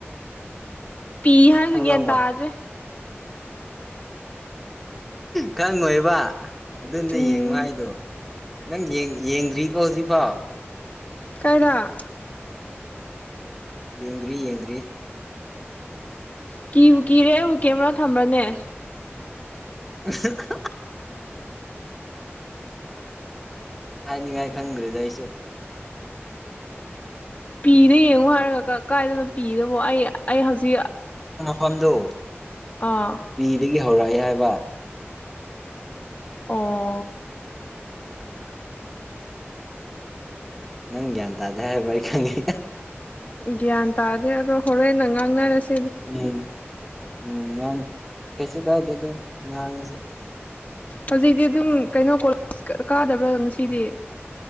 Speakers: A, on the left; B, in the centre.
A: ꯄꯤ ꯍꯥꯏꯕꯨ
B: ꯈꯪꯗꯧ
A: ꯒ꯭ꯌꯥꯟ
B: ꯃꯥꯜ
A: ꯇꯥꯗ꯭ꯔꯦ
B: ꯈꯪꯉꯣꯏꯕ ꯑꯗꯨꯅꯦ
A: ꯎꯝ
B: ꯌꯦꯡꯉꯣ ꯍꯥꯏꯗꯣ ꯅꯪ ꯌꯦꯡꯗ꯭ꯔꯤꯀꯣ ꯍꯧꯖꯤꯛꯐꯥꯎ
A: ꯀꯩꯔꯥ
B: ꯌꯦꯡꯗ꯭ꯔꯤ ꯌꯦꯡꯗ꯭ꯔꯤ
A: ꯀꯤꯕꯨ ꯀꯤꯔꯦ ꯑꯩꯕꯨ ꯀꯦꯃꯦꯔꯥ ꯊꯝꯕ꯭ꯔꯅꯦ
B: <unintelligible> ꯍꯥꯏꯅꯤꯡꯉꯥꯏ ꯈꯪꯗ꯭꯭ꯔꯦꯗ ꯑꯩꯁꯨ
A: ꯄꯤꯗ ꯌꯦꯡꯉꯣ ꯍꯥꯏꯔꯒ ꯀꯥꯏꯗꯅꯣ ꯄꯤꯗꯕꯣ ꯑꯩ ꯑꯩ ꯍꯧꯖꯤꯛ
B: ꯐꯝꯗꯣ
A: ꯑꯥ
B: ꯄꯤꯗꯒꯤ ꯍꯧꯔꯛꯑꯦ ꯍꯥꯏꯕ
A: ꯑꯣ
B: ꯎꯝ ꯅꯪ ꯒ꯭ꯌꯥꯟ ꯇꯥꯗꯦ ꯍꯥꯏꯕ ꯑꯩ ꯈꯪꯏ
A: ꯒ꯭ꯌꯥꯟ ꯇꯥꯗꯦ ꯑꯗꯣ ꯍꯣꯔꯦꯟꯅ ꯉꯥꯡꯅꯔꯁꯤ
B: ꯎꯝ ꯎꯝ ꯉꯥꯡ ꯀꯩꯁꯨ ꯀꯥꯏꯗꯦ ꯑꯗꯨꯝ ꯉꯥꯡꯁꯤ
A: ꯍꯧꯖꯤꯛꯇꯤ ꯑꯗꯨꯝ ꯀꯩꯅꯣ ꯀꯣꯂꯦꯖ ꯀ ꯀꯥꯗꯕ꯭ꯔꯥ ꯉꯁꯤꯗꯤ